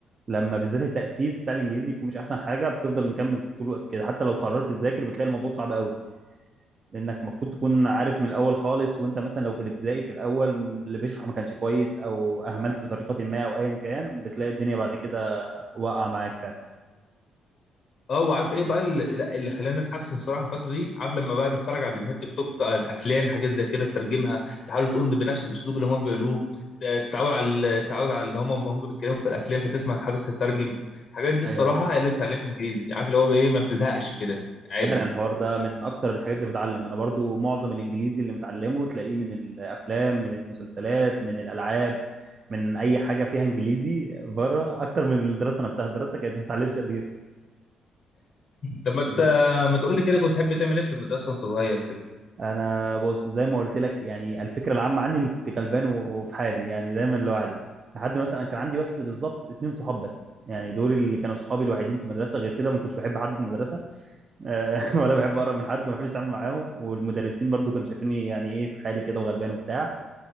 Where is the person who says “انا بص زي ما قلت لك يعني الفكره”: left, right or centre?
Right